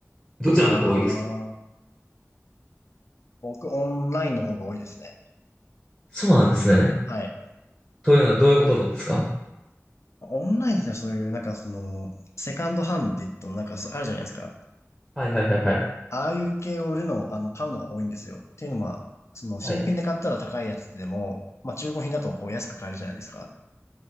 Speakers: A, in the centre; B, on the left.
A: どちらの方が多いですか
B: ああ、僕オンラインの方が多いですね。
A: そうなんですね。
B: はい。
A: というのはどういうことなんですか
B: オンラインでそういう、なんかその、セカンドハンディットのなんかそう、あるじゃないですか。
A: はいはいはいはい。
B: ああいう系を売るの、あの、買うのが多いんですよ。っていうのは、その、新品で買ったら高いやつでも、
A: はい。
B: まあ、中古品だとこう安く買えるじゃないですか。